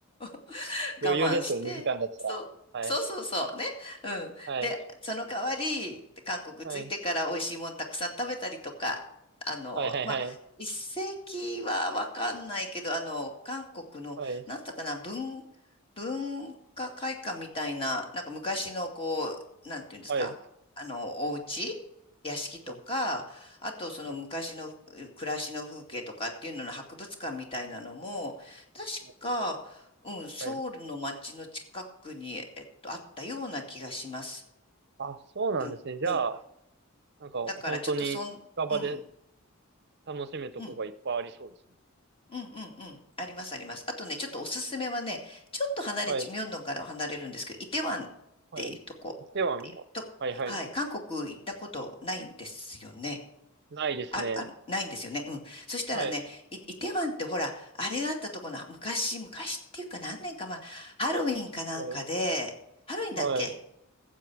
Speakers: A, on the left (about 25°); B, on the right (about 55°).
A: <laughs>
B: 余裕ですよ、
A: 我慢して、
B: 2時間だったら。
A: そう、
B: はい。
A: そうそうそう、ね。うん。
B: はい。
A: で、その代わり、韓国着いてから美味しいもんたくさん食べたりとか、
B: はい。
A: あの、
B: はい、はい、
A: まあ、
B: はい。
A: 一世紀はわかんないけど、あの、韓国の、
B: はい、
A: なんだったかな、文、文化会館みたいな、なんか昔のこう、なんていうんですか、
B: はい、
A: あの、お家屋敷とか、
B: はい。
A: あとその昔のふ暮らしの風景とかっていうのの博物館みたいなのも、
B: はい。
A: 確か、
B: は
A: うん、ソウルの街の近くに、
B: いはい
A: えっと、あったような気がします。
B: あ、そうなんですね。
A: うん、
B: じゃあ、
A: うん。
B: なんか、
A: だから、
B: 本当に、
A: ちょっとそん、
B: 近場で
A: うん、
B: 楽しめるとこがいっぱいありそうですね。
A: うん、うん、うん、うん。あります、あります。あとね、ちょっとおすすめはね、ちょっと離れち、
B: はい、
A: ミョンドンからは離れるんですけど、イテウァンっていうとこ、
B: はい。来ては
A: いと、
B: はい、
A: はい、
B: はい。
A: 韓国行ったことないんですよね。
B: ないですね。
A: ある、ある、ないんですよね。うん。そしたらね、
B: はい、
A: イ、イテウァンってほら、あれがあったところの、昔、昔っていうか何年か前、ハロウィンかなんかで、
B: はい、
A: ハロウィンだっけ
B: はい、